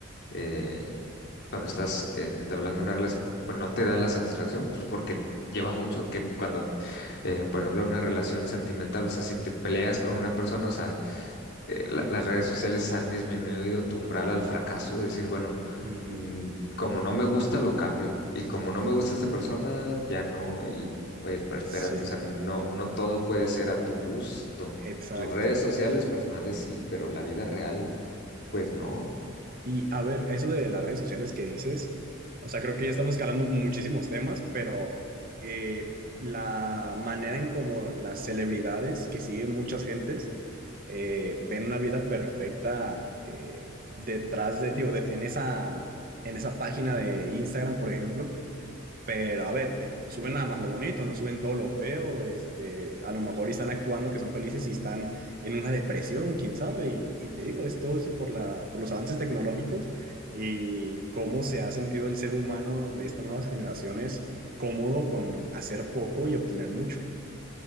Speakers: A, on the left (about 55°); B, on the right (about 45°).
A: eh, cuando estás eh, entablando una relación, pues no te da la satisfacción, pues porque lleva mucho, que cuando eh, por ejemplo, una relación sentimental, o sea, si te peleas con una persona, o sea, eh, la- las redes sociales han disminuido tu umbral al fracaso, de decir, bueno,
B: Ujú,
A: mm, como no me gusta, lo cambio. Y como no me gusta esta persona, ya no. Y, oye, pero espérate,
B: Sí,
A: o sea, no, no todo puede ser a tu gusto.
B: exacto.
A: Tus redes sociales personales sí, pero la vida real, pues no.
B: Y a ver, eso de las redes sociales que dices, o sea, creo que ya estamos escalando muchísimos temas, pero eh, la manera en como las celebridades que siguen muchas gentes eh, ven una vida perfecta eh, detrás de, digo, de- en esa, en esa página de Instagram, por ejemplo, pero a ver, eh, suben nada más lo bonito, no suben todo lo feo, este, a lo mejor y están actuando que son felices y están en una depresión, quién sabe, y, y te digo, es todo eso por la, por los avances tecnológicos y cómo se ha sentido el ser humano de estas nuevas generaciones cómodo con hacer poco y obtener mucho.